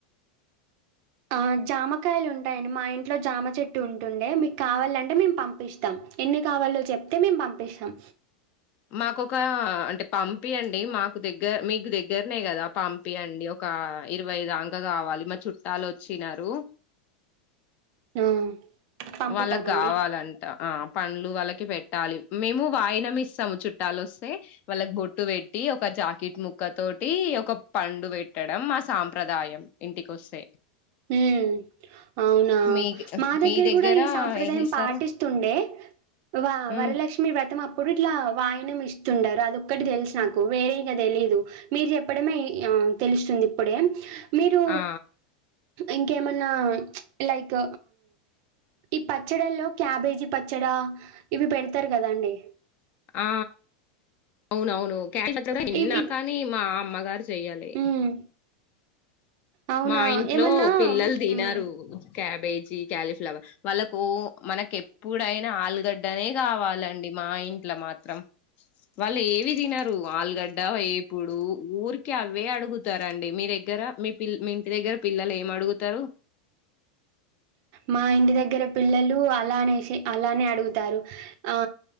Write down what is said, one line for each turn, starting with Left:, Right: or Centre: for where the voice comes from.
Right: ఆ జామకాయలు ఉంటాయండి మా ఇంట్లో జామ చెట్టు ఉంటుండే మీక్ కావాలంటే మేము పంపిస్తాం ఎన్ని కావాలో చెప్తే మేము పంపిస్తాం
Left: మాకుకొక అంటే పంపియండి మాకు దగ్గ మీకు దగ్గరనే కదా పంపియండి ఒక ఇరవైదంక కావాలి మా చుట్టాలోచ్చినారు
Right: ఆ పంపుతామండి.
Left: వాళ్ళక్కవాలంట ఆ పండ్లు వాళ్ళకి పెట్టాలి మేము వాయినం ఇస్తాము చుట్టాలు వస్తే వాళ్ళకి బొట్టు పెట్టి ఒక జాకెట్ ముక్క తోటి ఒక పండు పెట్టడం మా సాంప్రదాయం ఇంటికిొస్తే
Right: హుమ్మ్ అవునా
Left: మీక్
Right: మా
Left: మీ
Right: దగ్గర కూడ్ ఈ సాంప్రదాయం
Left: ఏం జేస్తారు?
Right: పాటిస్తుండే వా
Left: హ్మ్
Right: వరలక్ష్మి వ్రతం ఆ ప్పుడు ఇట్లా వాయనం ఇస్తుంటారు అదొక్కటి తెలుసు నాకు వేరే క తెలీయదు మీరు చెప్పడమే తెలుస్తుంది ఇప్పుడే మీరు
Left: ఆ
Right: ఇంకేమన్నా లైక్ ఈ పచ్చడిల్లో క్యాబేజీ పచ్చడా ఇవి పెడతారు కదాండి
Left: ఆ అవునవును నిన్న
Right: ఇవ్ ఇవ్
Left: కానీ మా అమ్మగారు చెయ్యాలి
Right: హ్మ్ అవునా
Left: మా ఇంట్లో
Right: ఏమన్నా
Left: పిల్లలు తినరు
Right: హ్మ్
Left: క్యాబేజ్ క్యాలీఫ్లవర్ వాళ్ళకు మనకి ఎప్పుడైనా ఆలుగడ్డనే కావాలండి మా ఇంట్లో మాత్రం వాళ్ళు ఏవి తినరు ఆలుగడ్డ ఎప్పుడు ఊరికి అవే అడుగుతారండి మీ దగ్గర మీ పిల్ ఇంటి దగ్గర పిల్లలు ఏం అడుగుతారు
Right: మా ఇంటి దగ్గర పిల్లలు అలానేసి అలానే అడుగుతారు ఆ